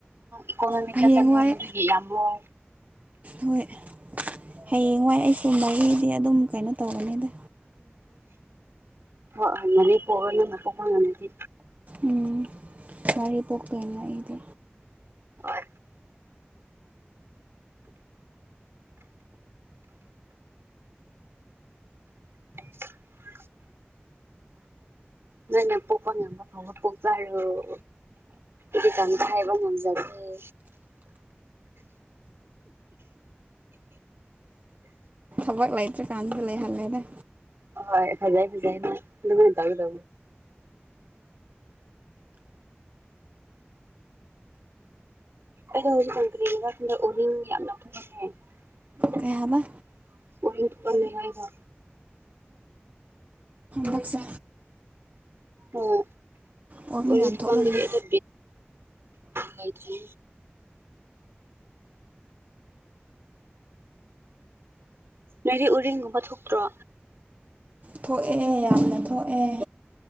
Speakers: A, on the right; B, on the right.
A: ꯏꯀꯣꯅꯣꯃꯤ
B: ꯍꯌꯦꯡꯋꯥꯏ
A: ꯆꯅꯤ ꯃꯗꯨ ꯌꯦꯕꯨꯣ
B: ꯍꯣꯏ ꯍꯌꯦꯡꯋꯥꯏ ꯑꯩ ꯁꯨꯝꯕꯒꯤꯗꯤ ꯑꯗꯨꯝ ꯀꯩꯅꯣ ꯇꯧꯔꯅꯤꯗ
A: ꯑꯣꯗꯤ ꯄꯅ ꯄꯕ ꯉꯅꯗꯤ
B: ꯎꯝ ꯔꯤ ꯄꯣꯛꯇ ꯂ ꯑꯩꯗꯤ
A: ꯍ ꯑ ꯅꯅ ꯄꯣꯛꯀꯅꯦ ꯐ ꯄꯣꯛ ꯆꯔ ꯑꯩ ꯀꯩ ꯀꯪꯇ ꯍꯥꯏꯕ ꯉꯝꯖꯒꯦ <inaudible> <inaudible> <inaudible>
B: ꯊꯕꯛ ꯂꯩꯇ꯭ꯔꯔꯤꯀꯥꯟꯁꯨ ꯂꯩꯍꯜꯂꯦꯗ
A: ꯍ ꯐꯖꯥꯏ ꯐꯖꯥꯏ ꯑꯗꯨ ꯇ ꯂ ꯑꯩꯣ ꯍꯧꯖꯤꯛꯀ ꯀꯔꯤ ꯑꯣꯏꯔꯤ ꯌꯥꯝ ꯅꯊꯧꯅꯦ ꯑꯣꯏꯄꯅꯤꯔꯒ
B: ꯀꯩ ꯍꯥꯏꯕ ꯍꯛꯁꯦ
A: ꯑꯣ
B: ꯑꯣꯔꯅꯤꯡ
A: ꯑꯣꯏꯀꯗ
B: ꯌꯥꯝ ꯊꯣꯛꯂꯝꯃꯦ
A: ꯦꯊ ꯂꯩꯥꯏ ꯊ ꯅꯣꯏꯗꯤ ꯎꯔꯤꯡꯒꯨꯝꯕ ꯊꯣꯛꯇ꯭ꯔꯣ
B: ꯊꯣꯛꯑꯦ ꯌꯥꯝꯅ ꯊꯣꯛꯑꯦ